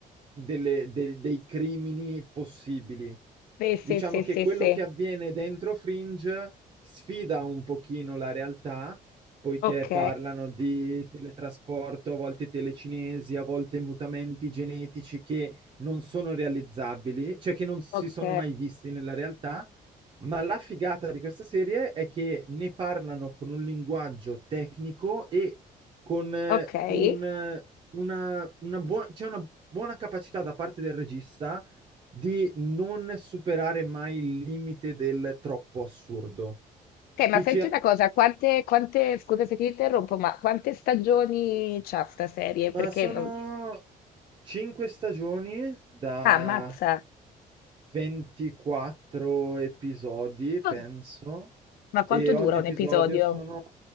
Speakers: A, on the right (about 30°); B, on the left (about 80°).
A: delle- de- dei crimini possibili.
B: Sì, sì,
A: Diciamo
B: sì,
A: che
B: sì,
A: quello
B: sì.
A: che avviene dentro Fringe sfida un pochino la realtà, poiché
B: Ok,
A: parlano di teletrasporto, a volte telecinesi, a volte mutamenti genetici che non sono realizzabili, cioè che non si
B: ok,
A: sono mai visti nella realtà, ma la figata di questa serie è che ne parlano con un linguaggio tecnico e con eh,
B: ok.
A: un, eh, una, una buona, c'è una buona capacità da parte del regista di non superare mai il limite del troppo assurdo.
B: Ok, ma
A: Dici,
B: senti
A: "Ah,
B: una cosa, quante, quante, scusa se ti interrompo, ma quante stagioni c'ha sta serie?
A: ma
B: Perché...
A: sono
B: non-
A: cinque stagioni da
B: Ah, ammazza.
A: 24 episodi,
B: Ah,
A: penso,
B: Ma quanto
A: e ogni
B: dura
A: episodio
B: un episodio?
A: sono